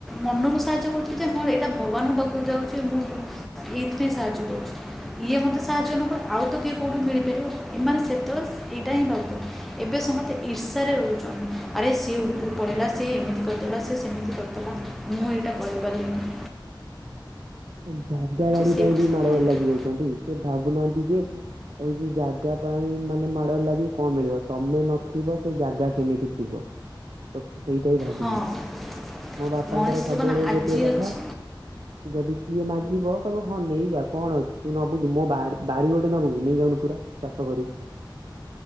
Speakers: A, in the centre; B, on the right.
A: ମନରୁ ସାହାଯ୍ୟ କରୁଥିଲେ ଯେ ମର ଏଇଟା ଭଗବାନଙ୍କ ପାଖକୁ ଯାଉଛି। ମୁଁ <unintelligible> ଏଇଥି ପାଇଁ ସାହାଯ୍ୟ କରୁଛି। ଇଏ ମୋତେ ସାହାଯ୍ୟ ନକରେ ଆଉ ତ କିଏ କେଉଁଠି ମିଳିପାରିବ ଏମାନେେ ସେତେବେଳେ ଏଇଟା ହିଁ ଭାବୁଥିଲେ। ଏବେ ସମସ୍ତେ ଇର୍ଷାରେ ରହୁଛନ୍ତି ଆରେ ସିଏ ଉପରକୁ ପଳେଇଲା ସିଏ ଏମିତି କରିଦେଲା ସିଏ ସେମିତି କରିଦେଲା। ମୁଁ ଏଇଟା କହିପାରିବିନି।
B: <unintelligible> ଜାଗା ବାଡି
A: ସେଇଥିପାଇଁ
B: ପାଇଁ ବି ମାଡଗୋଳ ଲାଗି ଯାଉଛନ୍ତି ସେ ଭାବୁନାହାନ୍ତି ଯେ ହଉଛି ଜାଗା ପାଇଁ ମାନେ ମାଡଗୋଳ ଲାଗି କଣ ମିଳିବ ତମେ ନଥିବ ସେ ଜାଗା ସେମିତି ଥିବ। <unintelligible> ସେଇଟା ବି ଭାବୁ
A: ହଁ
B: ନାହାନ୍ତି ମୋ ବାପାଙ୍କର
A: ମଣିଷ
B: ସବୁବେଳେ
A: ଜୀବନ
B: ଏଇ
A: ଆଜି
B: ଗୋଟିଏ କଥା
A: ଅଛି
B: ଯଦି କିଏ ମାଗିବ କହ ହଁ ନେଇଯା କଣ ଅଛି ତୁ ନବୁ କିି ମୋ ବା ବାରି ଗୋଟେ ନବୁ କି ନେଇ ଯାଉନୁ ପୁରା। ଚାଷ କରିବୁ